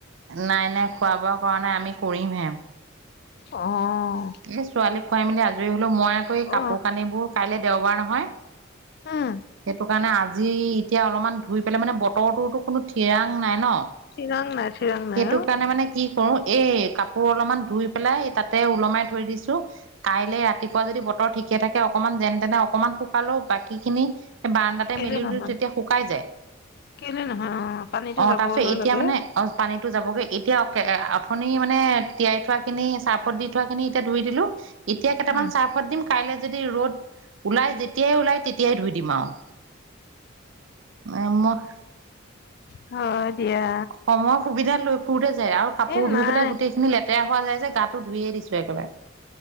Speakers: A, on the right; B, on the left.
A: নাই নাই, খোৱা বোৱা কৰা নাই আমি কৰিমহে।
B: অহ
A: এই ছোৱালীক খুৱাই মেলি আজৰি হলো মই আকৌ এই
B: অ
A: কাপোৰ কানিবোৰ কাইলৈ দেওবাৰ নহয়।
B: উম।
A: সেইটো কাৰণে আজি এতিয়া অলপমান ধুই পেলাই মানে বতৰটোতো কোনো ঠিৰাং নাই ন।
B: চিৰাং নাই চিৰাং নাই
A: সেইটো
B: অ
A: কাৰণে মানে কি কৰো এই কাপোৰ অলপমান ধুই পেলাই তাতে ওলমাই থৈ দিছো। কাইলে ৰাতিপুৱা যদি বতৰ ঠিকে থাকে অকমান যেনে তেনে অকমান শুকালো বাকী খিনি বাৰাণ্ডাতে
B: কেলে
A: মেলিলে
B: নহয়
A: তেতিয়া শুকাই যায়।
B: কেলে নহয় অ পানীতো
A: অ
B: যাবলৈ
A: তাৰপিছত এতিয়া
B: লাগে
A: মানে। অ পানীটো যাবগে এতিয়া অ অথনি মানে তিয়াই থোৱা খিনি চাৰ্ফত দি থোৱাখিনি এতিয়া ধুই দিলো। এতিয়া কেইটামান
B: উম
A: চাৰ্ফত দিম কাইলৈ যদি ৰ'দ ওলাই যেতিয়াই ওলাই তেতিয়াই ধুই দিম আৰু। <unintelligible>
B: হয় দিয়া।
A: সময় সুবিধা লৈ ফুঁৰোতে যায় আৰু কাপোৰ
B: এ নাই
A: ধুই পেলাই গোটেইখিনি লেতেৰা হোৱা যায় যে গাটো ধুইয়ে দিছো একেবাৰে।